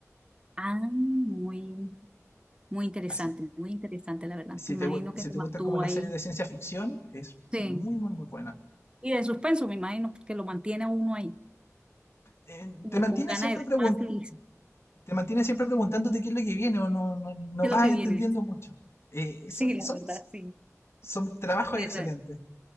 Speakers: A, on the right; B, on the left.
A: Ah, muy, muy interesante,
B: Así
A: muy interesante, la verdad.
B: si
A: Me imagino
B: te, si
A: que te
B: te
A: mantuvo
B: gusta como la
A: ahí.
B: serie de ciencia ficción, es
A: Sí.
B: muy, muy, muy buena.
A: Y de suspenso, me imagino, porque lo mantiene a uno ahí,
B: Eh,
A: como
B: te mantiene
A: con ganas
B: siempre
A: de ver
B: pregun-
A: más y
B: te mantiene siempre preguntándote qué es lo que viene o no, no, no
A: qué
B: vas
A: es lo que
B: entendiendo
A: viene.
B: mucho. Eh,
A: Sí,
B: son,
A: la
B: son,
A: verdad, sí.
B: son trabajos
A: Sí,
B: excelentes.
A: la